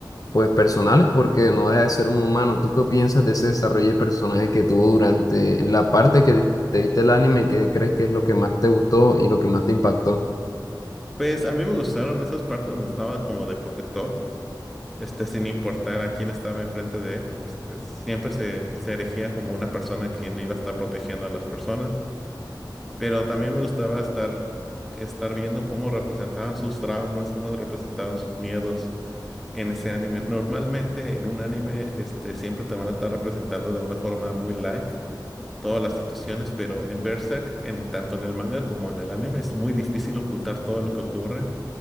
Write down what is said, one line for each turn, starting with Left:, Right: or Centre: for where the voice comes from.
Left: pues personales, porque no deja de ser un humano. ¿Tú qué piensas de ese desarrollo de personaje que tuvo durante la parte que te viste el anime? ¿Qué crees que es lo que más te gustó y lo que más te impactó?
Centre: Pues a mí me gustaron esas partes donde estaba como de protector, este, sin importar a quién estaba enfrente de él. Este, siempre se, se erigía como una persona quien iba a estar protegiendo a las personas. pero también me gustaba estar, estar viendo cómo representaban sus traumas, cómo representaban sus miedos en ese anime. Normalmente en un anime, este, siempre te van a estar representando de una forma muy light todas las situaciones, pero en Berserk, en, tanto en el manga como en el anime, es muy difícil ocultar todo lo que ocurre,